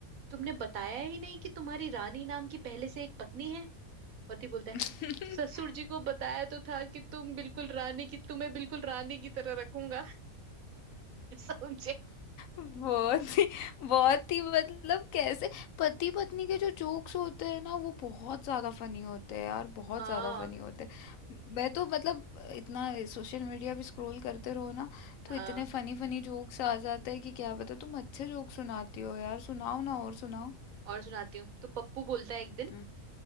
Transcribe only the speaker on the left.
<laughs>
बहुत ही बहुत ही मतलब कैसे पति पत्नी के जो जोक्स होते हैं ना वो बहुत ज्यादा फनी होते हैं यार बहुत
ज्यादा फनी होते हैं मैं तो मतलब इतना सोशल मीडिया भी स्क्रॉल करते रहो ना
तो इतने फनी फनी जोक्स आ जाते हैं कि क्या बता तुम अच्छे जोक्स सुनाती हो यार सुनाओ ना और सुनाओ
हम्म